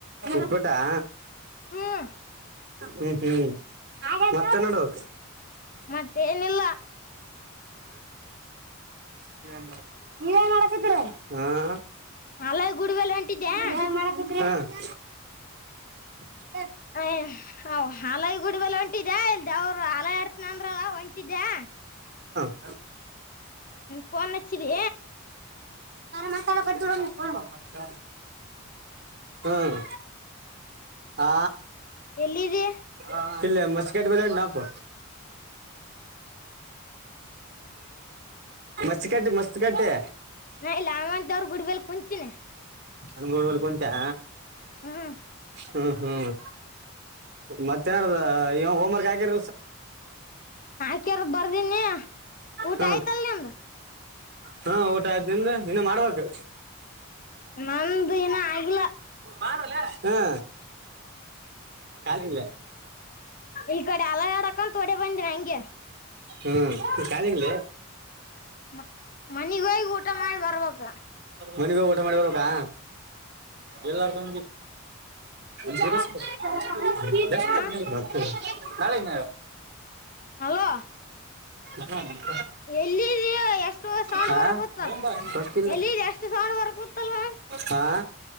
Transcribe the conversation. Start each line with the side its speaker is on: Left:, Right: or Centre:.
Right: ಉಪ್ಪಿಟ್ಟ <inaudible>
Left: ಹ್ಮ್
Right: ಹ್ಮ್ ಹ್ಮ್ ಮತ್ತೆ ನಡುವ
Left: ಮತ್ತೆ ಏನಿಲ್ಲ
Right: ನೀವ ಏನ ಮಾಡ್ಕತಿದಿರಿ ಹ್ಮ
Left: ಅಲೆ ಗುಡಿ ಮೇಲೆ ಹೊಂಟಿದ್ದೆ
Right: ಏನಮಾಡ್ಕತಿರಿ <inaudible> <inaudible>
Left: ಅಯ ಹ ಹಲೈ ಗುಡಬಲೆ ಹೊಂಟಿದ್ಯಾ ಇಲ್ದ ಅವ್ರ ಹಲ ಆಡ್ತನ ಅಂದ್ರ ಹೊಂಟಿದ್ಯಾ
Right: ಹ
Left: ಫೋನ್ ಹಚ್ಚಿದಿ
Right: ಮಸಾಲ ಕ ಹ್ಮ್ ಹಾ
Left: ಎಲ್ಲಿದೆ
Right: ಹಾ ಇಲ್ಲ ಮಸ್ಕಟ್ ಬಲಿ ಉಂಟಪ್ಪ ಮ ಕಟ್ಟೆ ಮಸ್ತ್ ಕಟ್ಟೆ
Left: ನಾ ಇಲ್ಲವ್ರರು ಗುಡಲ್ ಕುಂತಿನಿ
Right: ಹದಮರ್ಲ್ ಉಂಟಾ
Left: ಹಾ
Right: ಹ್ಮ್ ಹ್ಮ್ ಮತ್ತೇಏನಡದ ಇವ ಹೋಮ್ವರ್ಕ್ ಆಗಿರ
Left: ಆಕ್ಯಾರ ಬರ್ದನಿ ಊಟ
Right: ಹ್ಮ
Left: ಆಯ್ತಲ್ ನಿಮ್ದ
Right: ಹಾ ಊಟ ಆಯ್ದಿಂದ ಇನ್ನ ಮಾಡ್ಬೇಕು
Left: ನ್ದು ನ ಆಗಲ್ಲ
Right: ಮಾಡಾರಲ್ಲ <unintelligible> ಹ್ಮ ಕಾಲಿಲ್ಲ
Left: ಈ ಕಡೆ ಅಲ ಎಡಕಲ್ ತೋಡೆ ಬಂದಿ ಹಂಗೆ
Right: ಹ್ಮ್ ಕಾದಂಗ
Left: ಮ ಮನಗ ಹೋಗ ಊಟ ಮಾಡಿ ಬರ್ಬಕ
Right: ಮನಿಗೋಗ ಊಟ ಮಾಡಿ ಬರಬೇಕಾ ಎಲ್ಲಾರ್ <inaudible> ಜರ ಹ <inaudible>
Left: ಹಾ
Right: ಮತ್ತೆ <unintelligible> ನಾಳೆಗ್
Left: ಹಲೋ
Right: ನ <inaudible>
Left: ಎಲ್ಲಿದ ಎಷ್ಟು ಸೌಂಡ್
Right: ಹಾ
Left: ವರ್ಕ್ತಲ್
Right: ಹೋಗ್ಬಾ. ಗೊತ್ತಿಲ್ಲ
Left: ಎಲ್ಲ ಎಷ್ಟು ಸೌಂಡ್ ವರ್ಕ್ತಲ್ವಾ
Right: ಹಾ